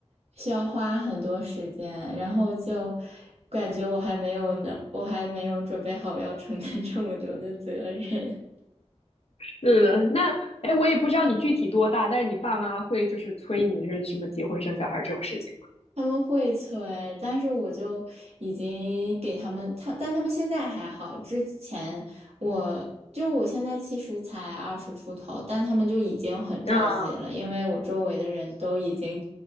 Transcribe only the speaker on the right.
需要花很多时间，然后就感觉我还没有呢，我还没有准备好要承担这么多的责任。
他们会催，但是我就已经给他们，他，但他们现在还好。之前我就我现在其实才二十出头，但他们就已经很着急了，
因为我周围的人都已经